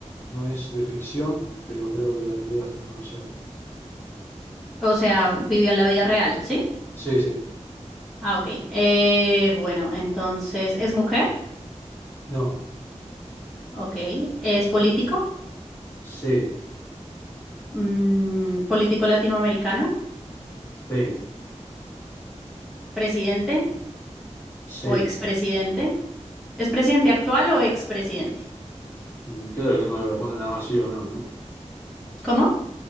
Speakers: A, on the left; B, in the centre.
A: no es de ficción, pero creo que la tendrías que conocer.
B: O sea, vivió en la vida real, ¿sí?
A: Sí, sí,
B: Ah, ok. Eh, bueno, entonces, ¿es mujer?
A: no,
B: Ok. ¿Es político?
A: sí,
B: Mm, político latinoamericano,
A: sí,
B: presidente
A: sí.
B: o expresidente. ¿Es presidente actual o expresidente?
A: Mm, Creo que tengo que responder nada más sí o no, ¿no?
B: ¿Cómo?